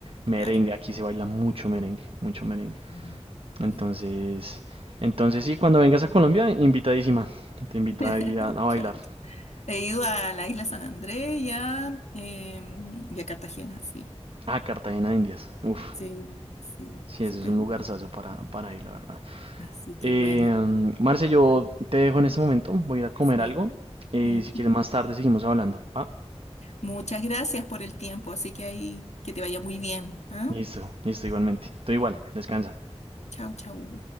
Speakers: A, on the right; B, on the left.
A: merengue.
B: Claro.
A: Aquí se baila mucho merengue, mucho merengue.
B: Mm.
A: Entonces,
B: Sí.
A: entonces sí, cuando vengas a Colombia, invitadísima. Te invito
B: <laughs>
A: ahí a, a bailar.
B: Claro. He ido a la isla San Andrés y a, em, y a Cartagena, sí.
A: Ah, Cartagena de Indias. Uf,
B: Sí, sí,
A: sí,
B: súper
A: ese es un lugarzazo
B: bien.
A: para, para ir, la verdad.
B: Así que
A: Eh,
B: bueno,
A: Marce, yo te dejo en este momento. Voy a ir a comer
B: sí.
A: algo. Y
B: Ujú.
A: si quieres más tarde seguimos hablando. ¿Va?
B: Muchas gracias por el tiempo, así que ahí que te vaya muy bien, ¿ah?
A: Listo, listo, igualmente. Tú igual, descansa.
B: Chau, chau.